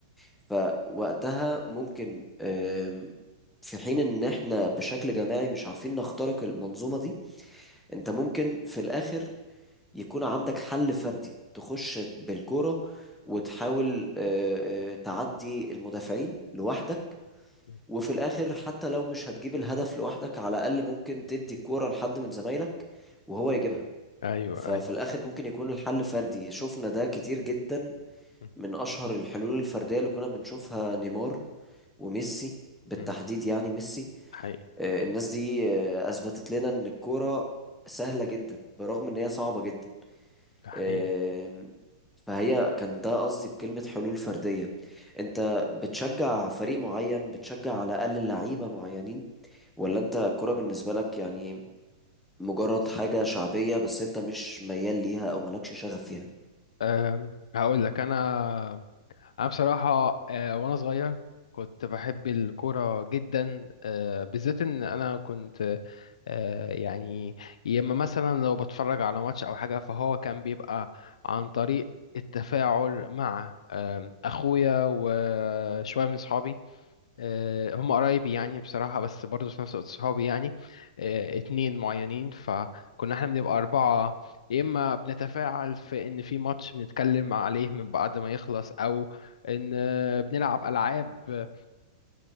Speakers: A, in the centre; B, on the left.
A: فوقتها ممكن آم، في حين ان احنا بشكل جماعي مش عارفين نخترق المنظومه دي انت ممكن في الاخر يكون عندك حل فردي تخش بالكوره وتحاول آه، آه، تعدي المدافعين لوحدك
B: مم.
A: وفي الاخر حتى لو مش هتجيب الهدف لوحدك على الاقل ممكن تدي الكوره لحد من زمايلك وهو يجيبها
B: ايوه
A: ففي
B: ايوه
A: الاخر ممكن يكون الحل فردي شفنا ده كتير جدا
B: م-
A: من اشهر الحلول الفرديه اللي كنا بنشوفها نيمار وميسي بالتحديد
B: م.
A: يعني ميسي
B: حقيقي
A: آه، الناس دي آه، اثبتت لنا ان الكوره سهله جدا برغم ان هي صعبه جدا
B: ده حقيقي
A: آم، فهي كان ده قصدي بكلمه حلول فرديه انت بتشجع فريق معين بتشجع على الاقل لعيبه معينين ولا انت الكوره بالنسبه لك يعني مجرد حاجه شعبيه بس انت مش ميال ليها او مالكش شغف فيها
B: أم هقول لك انا انا بصراحه أه وانا صغير كنت بحب الكوره جدا أه بالذات ان انا كنت أه يعني يا اما مثلا لو بتفرج على ماتش او حاجه فهو كان بيبقى عن طريق التفاعل مع آم، اخويا وشويه من صحابي آه، هم قرايبي يعني بصراحة بس برضه في نفس الوقت صحابي يعني آه، اتنين معينين فكنا احنا بنبقى أربعة يا إما بنتفاعل في إن في ماتش بنتكلم عليه من بعد ما يخلص أو إن آه، بنلعب ألعاب آه،